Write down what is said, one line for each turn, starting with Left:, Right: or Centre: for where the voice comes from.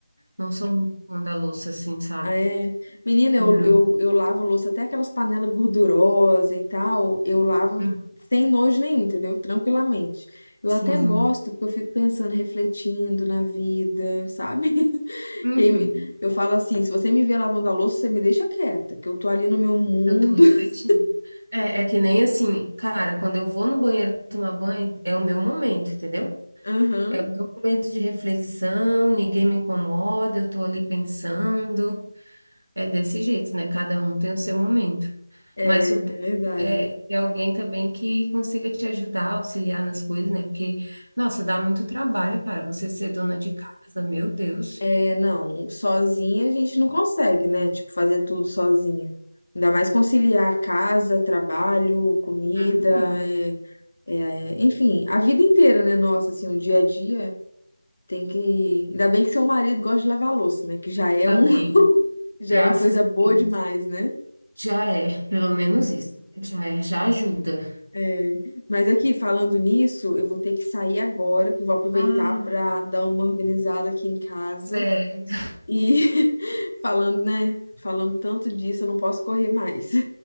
Right: não sou muito fã da louça, assim, sabe?
Left: é. Menina,
Right: não
Left: eu, eu, eu lavo louça, até aquelas panelas gordurosas e tal, eu lavo
Right: Hum,
Left: sem nojo nenhum, entendeu? Tranquilamente. Eu
Right: Sim.
Left: até gosto, porque eu fico pensando, refletindo na vida, sabe? <laughs>
Right: Uhum.
Left: Quem me- Eu falo assim: se você me vê lavando a louça, você me deixa quieta, que eu tô ali no meu mundo.
Right: Eu tô refletindo.
Left: <laughs>
Right: É, é que nem assim, cara, quando eu vou no banheiro tomar banho, é o meu momento, entendeu?
Left: Aham,
Right: É o meu momento de reflexão, ninguém me incomoda, eu tô ali pensando. É desse jeito, né? Cada um tem o seu momento.
Left: é,
Right: Mas o
Left: é verdade.
Right: bom é ter alguém também que consiga te ajudar, auxiliar nas coisas, né? Porque, nossa, dá muito trabalho, cara, você ser dona de casa, meu Deus.
Left: É, Não, sozinha a gente não consegue, né? Tipo, fazer tudo sozinha. Ainda mais conciliar casa, trabalho, comida,
Right: Uhum.
Left: é, é, enfim, a vida inteira, né? Nossa, assim, o dia a dia tem que. Ainda bem que seu marido gosta de lavar louça, né? Que já é
Right: Dá
Left: um,
Right: bem.
Left: <laughs> já
Right: Graças
Left: é uma coisa
Right: a
Left: boa
Right: Deus.
Left: demais, né?
Right: Já é, pelo menos isso. Já é, já ajuda.
Left: É, Mas aqui, falando nisso, eu vou ter que sair agora, que eu vou aproveitar
Right: Ah,
Left: para dar uma organizada aqui em casa.
Right: certo.
Left: E <laughs> falando, né? Falando tanto disso, eu não posso correr mais.